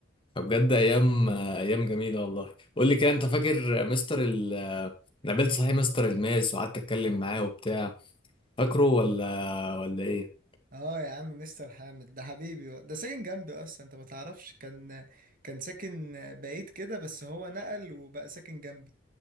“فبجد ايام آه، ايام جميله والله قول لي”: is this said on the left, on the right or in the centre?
Left